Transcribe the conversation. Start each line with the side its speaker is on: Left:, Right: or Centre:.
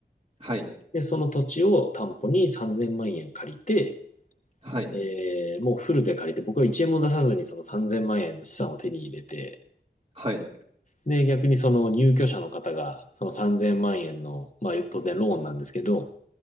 Right: はい。
Left: で、その土地を担保に3000万円借りて、
Right: はい。
Left: えーもうフルで借りて、僕は1円も出さずにその3000万円の資産を手に入れて、
Right: はい。
Left: で、逆にその入居者の方が、その3000万円の、まあ当然ローンなんですけど、